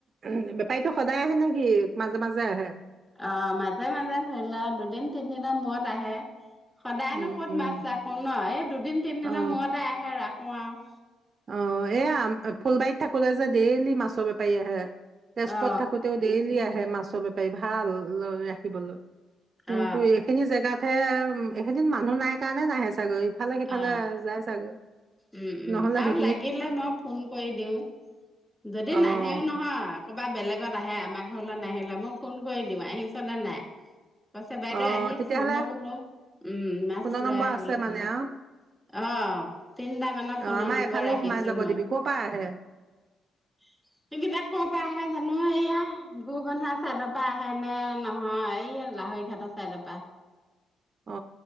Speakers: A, on the right (about 45°); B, in the centre.
A: উ! বেপাৰীটো সদায় আহে নেকি, মাজে মাজে আহে?
B: অ, মাজে - মাজে ধৰি লোৱা দুদিন তিনিদিনৰ মূৰত আহে। সদায়নো
A: উম
B: কত
A: উম
B: মাছ ৰাখো ন? এই দুদিন তিনিদিনৰ
A: অ
B: মূৰতে আহে, ৰাখো আৰু।
A: অ'! এয়া, ফুলবাৰিত থাকোঁতে যে, ডেইলি মাছৰ বেপাৰী আহে। তেজপুৰত
B: অ
A: থাকোতেও ডেইলি আহে মাছৰ বেপাৰী, ভাল ৰাখিবলৈ। কিন্তু,
B: অ
A: এইখিনি জেগাতহে, এইখিনিত মানুহ নাই কাৰণে নাহে চাগৈ। ইফালে-সিফালে
B: অ
A: যাই চাগৈ।
B: উম উম
A: নহ'লে সে
B: <inaudible> মই ফোন কৰি দিওঁ। যদি
A: অ',
B: নাহেও নহয়, ক'তবা বেলেগত আহে, আমাৰ ঘৰলৈ নাহে। <inaudible> মই ফোন কৰি দিওঁ আহিছ নে নাই। কৈছে, বাইদেউ
A: অ',
B: আহিছোঁ।
A: তেতিয়াহ'লে
B: মই বোলোঁ, উম, মাছ
A: ফোনৰ নম্বৰ
B: লৈ আহ,
A: আছে
B: বুলি কওঁ।
A: মানে আৰু
B: অ, তিনটা মানৰ
A: অ',
B: ফোনৰ
A: আমাৰ
B: নম্বৰ
A: এফালেও
B: ৰাখিছো
A: সোমাই যাব
B: মই।
A: দিবি ক'ৰ পৰা আহে?
B: <inaudible> সেইকেইটা কৰ পৰা আহে জানো? এইয়া ভূৰবন্ধা চাইডৰ পৰা আহে নে নহয়, এইয়া লাহৈ ঘাটৰ চাইড পৰা।
A: অ,